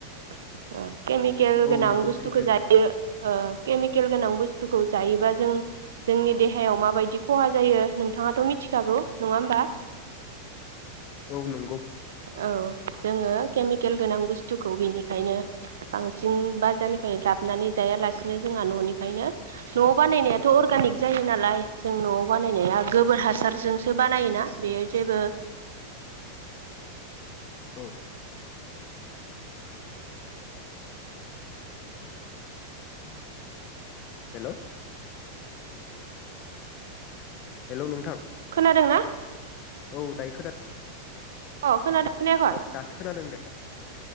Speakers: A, on the right; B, on the left.
A: उम। केमिकेल गोनां
B: औ नंगौ
A: बुस्थुखौ
B: सैथो
A: जायो ओ केमिकेल गोनां बुस्थुखौ जायोबा जों जोंनि देहायाव माबायदि खहा जायो नोंथाङाथ' मिथिखागौ। नङा होमबा?
B: औ नोंगौ।
A: औ जोङो केमिकेल गोनां बुस्थुखौ बेनिखायनो बांसिन बाजारनिफ्राय लाबोनानै जायालासिनो जोंहा न'निफ्रायनो न'आव बानायनायाथ' अरगेनिक जायो नालाय जों न'आव बानायनाया गोबोर हासारजोंसो बानायोना। बेयो जेबो
B: औ। हेलौ। हेलौ नोंथां।
A: खोनादोंना
B: औ दायो खोना
A: अ खोनादों? खोनायाखै
B: अ दासो खोनादों दे।